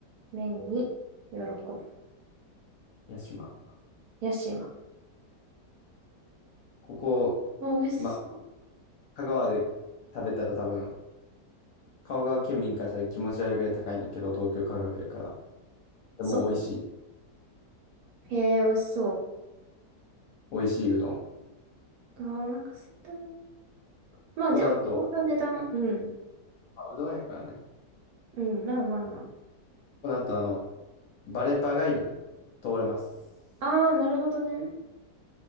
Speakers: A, on the right (about 70°); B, on the left (about 65°).
A: 麺に、喜ぶ。
B: 屋島。
A: 屋島。
B: ここ、
A: あ、美味し
B: まあ、香川で食べたら多分、香川県民からしたら気持ち悪いぐらい高いねんけど、東京価格やから。でも美味しい。
A: そう。へえ、美味しそう。
B: 美味しいうどん。こ
A: あ、お腹すいたな。まあ、
B: こなんと、
A: でも、こんな値段。うん。
B: まあ、うどんやからね。
A: うん、まあまあま
B: なんとあの、バレパ帰りに通れます。
A: あ。ああ、なるほどね。